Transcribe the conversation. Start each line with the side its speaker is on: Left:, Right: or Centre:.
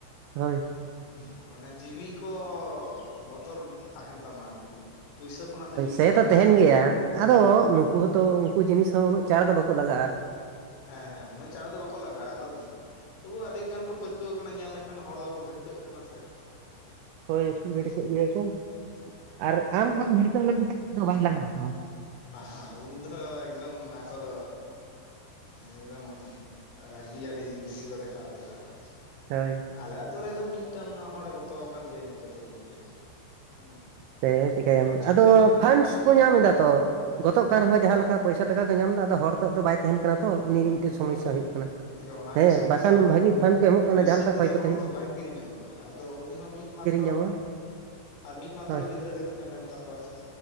Right: ᱦᱳᱭ
Left: ᱦᱩᱸ ᱢᱟᱱᱮ ᱡᱤᱣᱤ ᱠᱚ ᱵᱚᱛᱚᱨ ᱛᱟᱦᱮᱱ ᱛᱟᱢᱟ ᱟᱨᱠᱤ ᱯᱩᱭᱥᱟᱹ ᱠᱷᱚᱱᱟᱜ ᱫᱚ ᱡᱤᱣᱤ
Right: ᱛᱟᱦᱮ
Left: ᱢᱟᱨᱟᱝᱼᱟ
Right: ᱫᱚ ᱛᱟᱦᱮᱱ
Left: ᱥᱮ
Right: ᱜᱮᱭᱟ ᱟᱫᱚ ᱱᱩᱠᱩ
Left: ᱦᱮᱸ
Right: ᱦᱚᱸᱛᱚ ᱩᱱᱠᱩ ᱡᱤᱱᱤᱥ ᱦᱚᱸ ᱩᱱᱟᱹᱜ ᱪᱟᱬ ᱫᱚ ᱵᱟᱠᱚ ᱞᱟᱜᱟᱜᱼᱟ᱾
Left: ᱦᱮᱸ ᱦᱮᱸ ᱩᱱᱟᱹᱜ ᱪᱟᱬ ᱫᱚ ᱵᱟᱠᱚ ᱞᱟᱜᱟᱜᱼᱟ ᱟᱫᱚ ᱛᱚᱵᱩ ᱟᱹᱰᱤ ᱜᱟᱱ ᱠᱚ ᱯᱟᱹᱨᱠᱟᱹᱣ ᱟᱠᱟᱱᱟ ᱧᱮᱞ ᱞᱮᱱᱠᱷᱟᱱ ᱦᱚᱲ ᱫᱚᱠᱚ ᱵᱷᱤᱲᱠᱟᱹᱜ ᱠᱟᱱᱟ ᱥᱮ᱾
Right: ᱦᱳᱭ
Left: ᱦᱩᱸ
Right: ᱵᱷᱤ ᱤᱭᱟᱹᱠᱚ ᱟᱨ ᱟᱢ
Left: ᱦᱩᱸ
Right: ᱵᱟᱢ ᱵᱷᱤᱲᱠᱟᱹᱣ ᱞᱮᱱᱠᱷᱟᱱ ᱫᱚ ᱵᱟᱭ ᱞᱟᱦᱟ ᱦᱟᱛᱟᱣᱟ᱾
Left: ᱵᱟᱦ ᱩᱱ ᱫᱚ ᱮᱠᱫᱚᱢ ᱟᱠᱚ ᱫᱚ ᱮᱠᱫᱚᱢ ᱨᱟᱹᱜᱤ ᱟᱹᱰᱤ ᱵᱮᱥᱤ ᱠᱚ ᱫᱮᱠᱷᱟᱣ ᱩᱛᱟᱹᱨᱟᱜ-ᱟ᱾
Right: ᱦᱳᱭ᱾
Left: ᱮᱸ ᱟᱞᱮ ᱟᱛᱳ ᱨᱮᱫᱚ ᱢᱤᱫᱴᱟᱝ ᱦᱚᱲᱮ ᱜᱚᱛᱚᱣ ᱟᱠᱟᱱ ᱜᱮᱭᱟ ᱤᱱᱠᱟᱹᱛᱮ ᱜᱚᱝᱠᱮ᱾ ᱦᱩᱸ
Right: ᱥᱮ ᱪᱤᱠᱟᱹᱭᱟᱢ
Left: ᱪᱟᱹᱠᱨᱤ
Right: ᱟᱫᱚ
Left: ᱢᱟᱠᱨᱤ
Right: ᱯᱷᱟᱱᱰᱥ
Left: ᱠᱚᱠᱚ ᱮᱢ
Right: ᱠᱚ
Left: ᱠᱟᱜ
Right: ᱧᱟᱢ ᱮᱫᱟ
Left: ᱨᱮᱦᱚᱸ
Right: ᱛᱚ ᱜᱚᱫᱚᱜ ᱠᱟᱱ ᱨᱮᱦᱚᱸᱭ ᱡᱟᱦᱟᱸ
Left: ᱟᱫᱚ
Right: ᱞᱮᱠᱟ᱾ ᱯᱚᱭᱥᱟ ᱴᱟᱠᱟ ᱠᱚ ᱧᱟᱢ ᱮᱫᱟ ᱟᱫᱚ ᱦᱚᱲ ᱛᱚᱜ ᱫᱚ ᱵᱟᱭ ᱛᱟᱦᱮᱱ ᱠᱟᱱᱟ ᱛᱚ ᱩᱱᱤ ᱜᱮᱢ ᱢᱤᱫᱴᱮᱱ
Left: ᱦᱳᱭ
Right: ᱥᱚᱢᱚᱥᱥᱟ
Left: ᱦᱳᱭ
Right: ᱦᱩᱭᱩᱜ ᱠᱟᱱᱟ᱾
Left: ᱜᱚᱝᱠᱮ ᱚᱱᱟᱜᱮ
Right: ᱦᱮᱸ
Left: ᱥᱚᱢᱚᱥᱥᱟ
Right: ᱵᱟᱠᱷᱟᱱ
Left: ᱟᱢ ᱫᱚ
Right: ᱵᱷᱟᱹᱜᱤ
Left: ᱯᱩᱭ
Right: ᱠᱷᱟᱱ ᱯᱮ ᱮᱢᱚᱜ ᱠᱟᱱᱟ
Left: ᱯᱩᱭᱥᱟᱹ
Right: ᱡᱟᱦᱟᱸ ᱞᱮᱠᱟ
Left: ᱛᱮᱫᱚ
Right: ᱠᱷᱚᱭ ᱠᱟᱛᱮ
Left: ᱦᱚᱲ
Right: ᱦᱩᱭᱩᱜᱼᱟ᱾
Left: ᱫᱚ ᱵᱟᱭ ᱠᱤᱨᱤᱧᱚᱜ ᱫᱚᱭ ᱟᱫᱚ ᱩᱱᱤ ᱦᱚᱸ ᱢᱤᱫ ᱢᱟᱛᱨᱚ
Right: ᱧᱟᱢᱚᱜᱼᱟ
Left: ᱟᱨ ᱢᱤᱫ ᱢᱟᱛᱨᱚ
Right: ᱦᱳᱭ
Left: ᱜᱤᱫᱽᱨᱟᱹ ᱜᱮ ᱛᱟᱦᱮᱸ ᱞᱮᱱ ᱛᱟᱠᱚᱣᱟᱭ ᱥᱮ